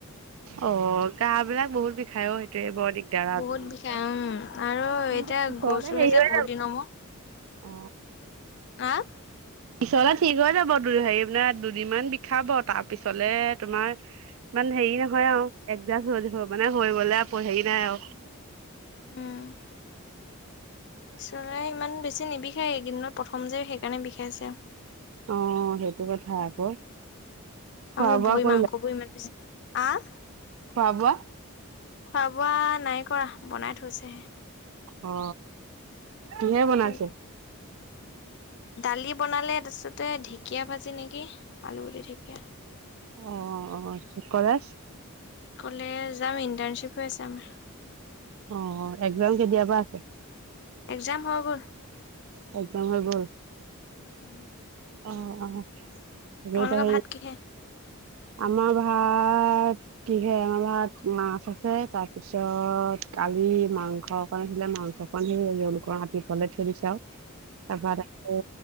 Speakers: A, on the right; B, on the left.
A: অ গা বিলাক বহুত বিষাইও সেইটোয়ে বৰ দিগদাৰ আৰু
B: বহুত
A: দুদিন
B: বিষাই অহ, আৰু
A: কিন্তু
B: এতিয়া
A: পিছলে
B: গৈছোঁ
A: হেৰি
B: হে যে
A: হৈ
B: বহুত
A: যাব
B: দিনৰ মূৰত
A: অ
B: আহ
A: পিছলে ঠিক হৈ যাব দুই, হেৰি মানে দুদিনমান বিষাব তাৰ পিছলে তোমাৰ ইমান হেৰি নহয়, আৰু একজাষ্ট হৈ মানে হৈ গলে আ হেৰি নাই আৰু
B: উম পিছৰে ইমান বেছি নিবিষাই সেই এইকেদিনত প্ৰথম যে সেইকাৰণে বিষাইছে অ,
A: অ সেইটো কথা আকৌ খোৱা
B: আৰু
A: বোৱা
B: ভৰি
A: কৰিলা
B: মাংস বোৰ ইমান বেছি আহ
A: খোৱা বোৱা
B: খোৱা বোৱা নাই কৰা বনাই থৈছেহে
A: অ কিহে বনাইছে?
B: কৰিব। দালি বনালে, তাৰপিছতে ঢেঁকীয়া ভাজি নেকি আলুগুটি ঢেকীয়া।
A: অ অ চ কলেজ
B: কলেজ যাম, ইণ্টাৰ্ণশ্বিপ হৈ আছে আমাৰ,
A: অ এক্সাম কেতিয়া পৰা আছে?
B: এক্সাম হৈ গ'ল।
A: সম্পূৰ্ণ গল?
B: উম
A: অ অ তাকে
B: তোমালোকৰ
A: এতিয়া সেই
B: ভাত কিহে
A: আমাৰ ভাত কি হয় আমাৰ ভাত মাছ আছে তাৰপিছত কালি মাংস অকন আছিলে মাংসক সেইলোক ৰাতিফুৱালে থৈ দিছা আৰু তমাৰ অ